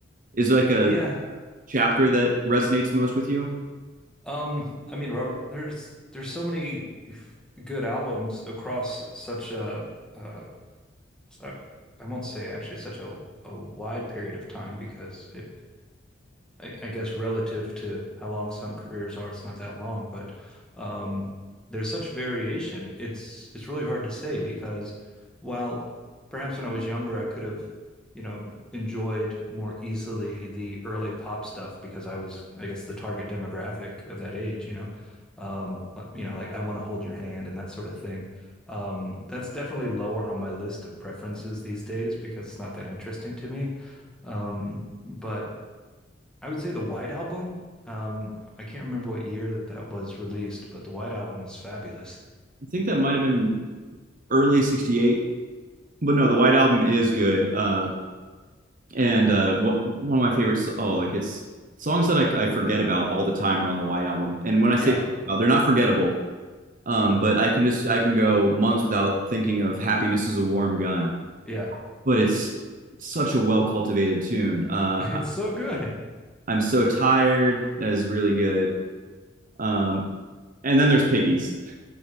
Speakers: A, on the right (about 45°); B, in the centre.
A: Is there like a
B: Yeah.
A: chapter that resonates most with you.
B: Um, I mean, Robert, there's there's so many good albums across such a uh, I I won't say actually such a, a wide period of time because it I, I guess relative to how long some careers are, it's not that long, but um, there's such variation. It's it's really hard to say because while perhaps when I was younger, I could have, you know, enjoyed more easily the early pop stuff because I was, I guess, the target demographic of that age, you know, um, but, you know, like I want to hold your hand and that sort of thing. Um, that's definitely lower on my list of preferences these days because it's not that interesting to me. Um, but I would say the White Album. Um, I can't remember what year that that was released, but the White Album was fabulous.
A: I think that might have been early '68, but no, the White Album is good. Uh, and uh, what, one of my favorites, oh, like it's songs that I, I forget about all the time are on the White Album. And when I say
B: Yeah,
A: uh, they're not forgettable, um, but I can just I can go months without thinking of "Happiness Is a Warm Gun."
B: yeah.
A: But it's such a well cultivated tune. Uh,
B: <laughs> It's so good.
A: I'm so tired. That is really good. Um, and then there's Piggies.